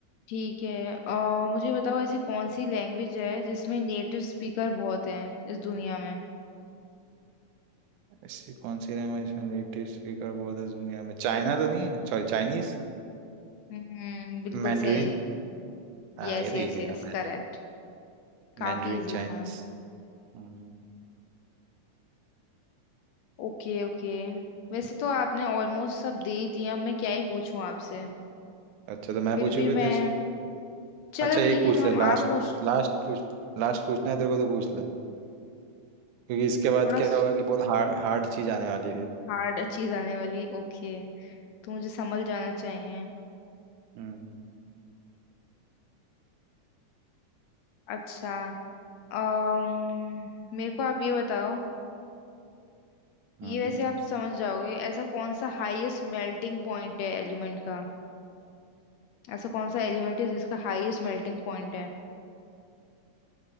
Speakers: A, on the left (about 75°); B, on the right (about 80°).
A: ठीक है अ, मुझे बताओ ऐसी कौन सी लैंग्वेज है जिसमें नेटिव स्पीकर बहुत हैं इस दुनिया में
B: ऐसी कौन सी लैंग्वेज में नेटिव स्पीकर बहुत है दुनिया में चाइना तो नहीं है सॉरी चाइनीज
A: हम्म बिल्कुल
B: मैंडरीन
A: सही
B: हाँ
A: Yes
B: ये तो
A: yes
B: इजी
A: yes
B: था मैंडरीन
A: correct काफी
B: मैंडरीन
A: इजी
B: चाइनीज
A: था
B: हम्म,
A: Okay okay वैसे तो आपने ऑलमोस्ट सब दे ही दिया मैं क्या ही पूछूं आपसे
B: अच्छा तो मैं
A: फिर
B: पूछू
A: भी
B: फिर
A: मैं
B: तेरे से
A: चलो
B: अच्छा
A: ठीक
B: एक
A: है
B: पूछ
A: हम
B: ले लास्ट
A: आप पूछ
B: लास्ट पूछ लास्ट पूछना है तेरे को तो पूछ ले क्योंकि इसके बाद
A: थोड़ा
B: क्या होगा कि बहुत हार्ड हार्ड चीज आने वाली है फिर
A: हार्ड चीज आने वाली है ओके तो मुझे संभल जाना चाहिए
B: हम्म
A: अच्छा अम्म मेरे को आप ये बताओ ये
B: हम्म।
A: वैसे आप समझ जाओगे ऐसा कौन सा हाईएस्ट मेल्टिंग पॉइंट है एलिमेंट का ऐसा कौन सा एलिमेंट है जिसका हाईएस्ट मेल्टिंग पॉइंट है